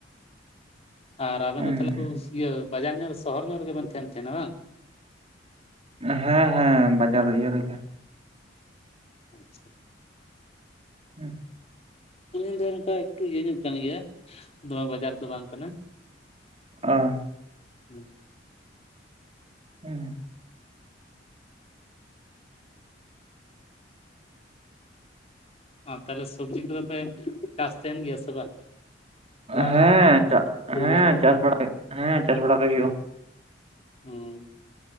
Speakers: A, on the left; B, on the right.
A: ᱟᱨ ᱟᱵᱮᱱ
B: ᱦᱮᱸ
A: ᱫᱚ ᱛᱟᱦᱞᱮ ᱤᱭᱟᱹ ᱵᱟᱡᱟᱨ ᱧᱚᱜ ᱥᱚᱦᱚᱨ ᱧᱚᱜ ᱨᱮᱜᱮᱵᱮᱱ ᱛᱟᱦᱮᱸᱱ ᱛᱟᱦᱮᱸᱱᱟ ᱵᱟᱝ᱾
B: ᱦᱮᱸ ᱦᱮᱸ ᱵᱟᱡᱟᱨ ᱤᱭᱟᱹ ᱨᱮᱜᱮ᱾
A: ᱟᱪᱪᱷᱟ᱾
B: ᱦᱩᱸ <inaudible>
A: ᱤᱧ <unintelligible> ᱫᱚ ᱚᱱᱠᱟ ᱮᱠᱴᱩ ᱤᱭᱟᱹ ᱧᱚᱜ ᱠᱟᱱ ᱜᱮᱭᱟ ᱫᱚᱢᱮ ᱵᱟᱡᱟᱨ ᱫᱚ ᱵᱟᱝ ᱠᱟᱱᱟ᱾
B: ᱟ᱾
A: ᱦᱮᱸ᱾
B: ᱦᱩᱸ᱾
A: ᱚ ᱛᱟᱦᱞᱮ ᱥᱚᱵᱡᱤ ᱠᱚᱫᱚ ᱯᱮ ᱪᱟᱥ ᱛᱟᱦᱮᱱ ᱜᱮᱭᱟ ᱥᱮ ᱵᱟᱝ᱾ ᱚᱲᱟᱜ
B: ᱦᱮᱸ
A: ᱨᱮ
B: ᱪᱟ
A: ᱯᱚᱨᱤᱵᱟᱨ
B: ᱦᱮᱸ
A: ᱨᱮ
B: ᱪᱟᱥ ᱵᱟᱲᱟ ᱦᱮᱸ ᱪᱟᱥ ᱵᱟᱲᱟ ᱜᱮ ᱦᱩᱭᱩᱜᱼᱟ᱾
A: ᱦᱮᱸ